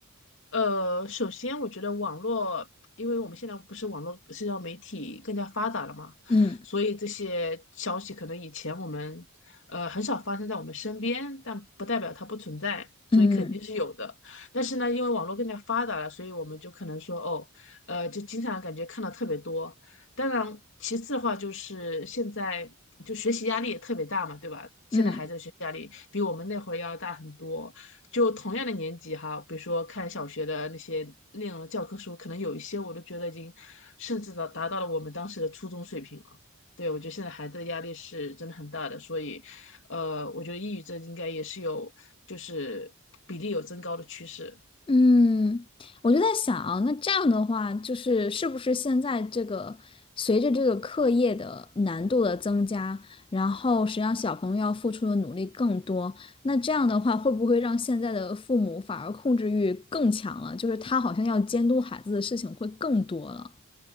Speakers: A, on the left; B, on the left.
A: 呃，首先我觉得网络，因为我们现在不是网络社交媒体更加发达了嘛，
B: 嗯
A: 所以这些消息可能以前我们呃很少发生在我们身边，但不代表它不存在，所以肯定是有的。
B: 嗯
A: 但是呢，因为网络更加发达了，所以我们就可能说哦，呃，就经常感觉看到特别多。当然，其次的话就是现在就学习压力也特别大嘛，对吧？现在孩子的学习压力比我们那会儿要大很多。
B: 嗯。
A: 就同样的年级哈，比如说看小学的那些内容的教科书，可能有一些我都觉得已经甚至到达到了我们当时的初中水平了。对，我觉得现在孩子的压力是真的很大的，所以，呃，我觉得抑郁症应该也是有就是比例有增高的趋势。
B: 嗯，我就在想，那这样的话，就是是不是现在这个随着这个课业的难度的增加，然后实际上小朋友要付出的努力更多，那这样的话，会不会让现在的父母反而控制欲更强了？就是他好像要监督孩子的事情会更多了。